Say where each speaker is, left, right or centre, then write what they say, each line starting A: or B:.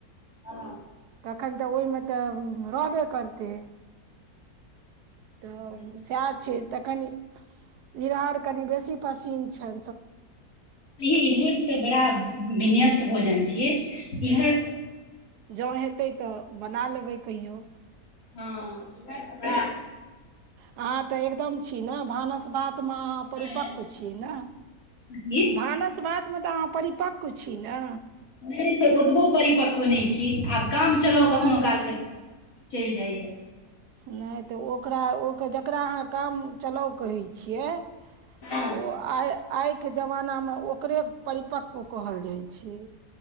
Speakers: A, on the left; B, on the right.
A: हँ
B: तखन तऽ ओहिमे तऽ रहबे करते
A: हँ
B: तऽ सएह छै तऽ कनि इरहर कनि बेसी पसीन छै
A: इरहर तऽ बड़ा विन्यस्त भोजन छियै इरहेर
B: जं हेतै तऽ बना लेबै कहियो
A: हँ इहाय हमरा
B: अहाँ तऽ एकदम छी ने भानस भातमे अहाँ परिपक्व
A: छै
B: छी ने
A: कथी?
B: भानस भात मे तऽ अहाँ परिपक्व छी न
A: नहि से ओतबो परिपक्व नहि छी आब काम चलाउ कखनो
B: नहि
A: कालके चैल जाइए
B: नहि तऽ ओकरा ओकर जकरा अहाँ काम चलाउ कहै छियै
A: हँ
B: ओ आय आइ के जमानामे ओकरे परिप्कव कहल जाइ छै